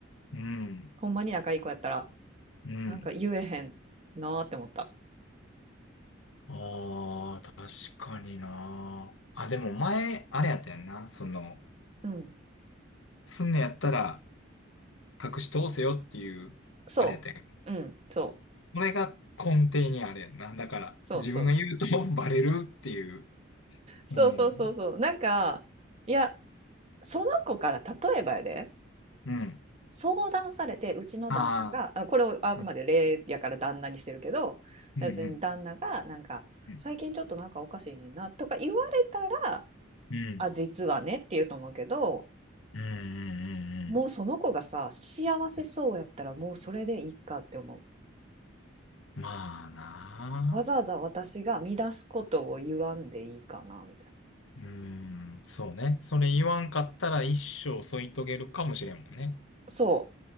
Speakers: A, on the left (about 75°); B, on the right (about 30°).
A: うん、
B: ほんまに仲いい子やったら
A: うん。
B: なんか言えへんなーって思った
A: ああ、確かにな。あ、でも前、あれやったやんな。その、
B: うん
A: すんのやったら隠し通せよっていう、
B: そううんそう
A: あれやったんや。これが根底にあれやんな。だから、
B: そうそう
A: 自分が言うと <laughs> バレるっていう。
B: そうそうそうそうなんかいや
A: うん。
B: その子から例えばやで
A: うん。
B: 相談されて、うちの旦那が、
A: ああ。
B: あ、これをあくまで例やから旦那にしてるけど、
A: うん。うん。
B: 別に旦那がなんか、
A: うん。
B: 最近ちょっとなんかおかしいねんなとか言われたら、
A: うん。
B: あ、実はねって言うと思うけど、
A: うん。うん。うん。
B: もうその子がさ、幸せそうやったらもうそれでいいかって思
A: うんまあなあ。
B: う。わざわざ私が乱すことを言わんでいいかな、みたいな。
A: うん。そうね。それ言わんかったら一生添い遂げるかもしれんもんね。
B: そ